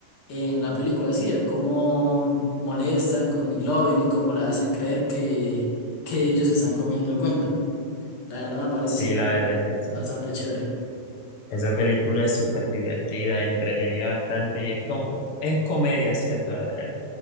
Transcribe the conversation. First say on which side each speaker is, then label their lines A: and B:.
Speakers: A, on the left (about 50°); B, on the left (about 75°).
A: en la película, sí, el cómo molestan con McLovin y cómo le hacen creer que, que ellos están comiendo el cuento. La verdad me parece
B: sí, la verdad es que sí.
A: bastante chévere.
B: Esa película es súper divertida, entretenida bastante y es como, es comedia, ¿cierto? El,